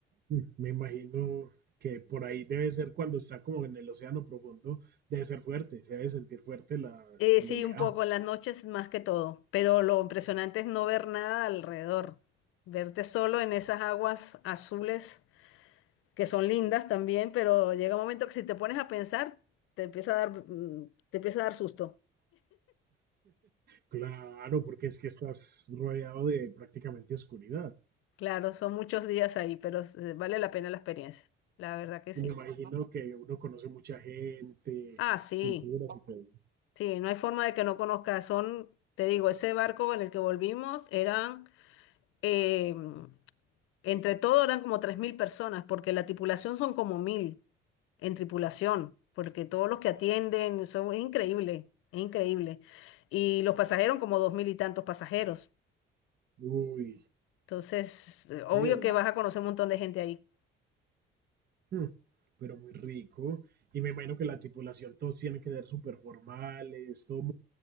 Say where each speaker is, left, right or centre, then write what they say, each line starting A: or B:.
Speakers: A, on the right; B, on the left.
A: Mm, Me imagino que por ahí debe ser cuando está como en el océano profundo, debe ser fuerte, se debe sentir fuerte la,
B: Eh,
A: el
B: sí,
A: Ah, oleaje.
B: un poco en las noches más que todo, pero lo impresionante es no ver nada alrededor, verte solo en esas aguas azules que son lindas también, pero llega un momento que si te pones a pensar, te empieza a dar, mm, te empieza a dar susto.
A: Claro, porque es que estás rodeado de prácticamente oscuridad.
B: Claro, son muchos días ahí, pero eh, vale la pena la experiencia, la verdad que sí.
A: Y me imagino que uno conoce mucha gente,
B: Ah, sí,
A: culturas y todo.
B: sí, no hay forma de que no conozca. Son, te digo, ese barco en el que volvimos eran, eh, entre todo eran como 3.000 personas, porque la tripulación son como 1.000 en tripulación, porque todos los que atienden, son, es increíble, es increíble. Y los pasajeros como 2.000 y tantos pasajeros.
A: Uy,
B: Entonces, eh, obvio
A: Dios.
B: que vas a conocer un montón de gente ahí.
A: Mm, Pero muy rico. Y me imagino que la tripulación, todos tienen que ser súper formales, todo